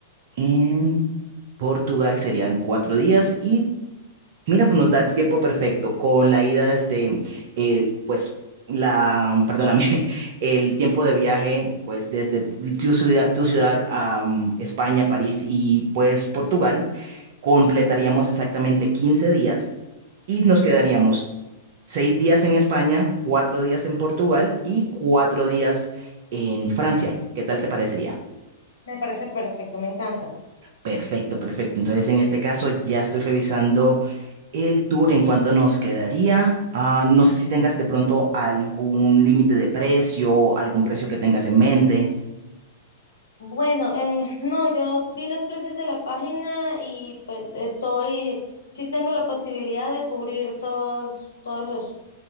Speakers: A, on the right; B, on the left.
A: en Portugal, serían cuatro días y mira, nos da el tiempo perfecto con la ida desde, eh, pues, la, perdóname, <laughs> el tiempo de viaje, pues, desde tu ciudad, tu ciudad a mm, España, París y pues Portugal, completaríamos exactamente 15 días y nos quedaríamos seis días en España, cuatro días en Portugal y cuatro días en Francia. ¿Qué tal te parecería?
B: me parece perfecto, me encanta.
A: Perfecto, perfecto. Entonces, en este caso, ya estoy revisando el tour en cuanto nos quedaría. Ah, no sé si tengas de pronto algún límite de precio, algún precio que tengas en mente.
B: Bueno, eh, no, yo vi los precios de la página y pues estoy, sí tengo la posibilidad de cubrir todos, todos los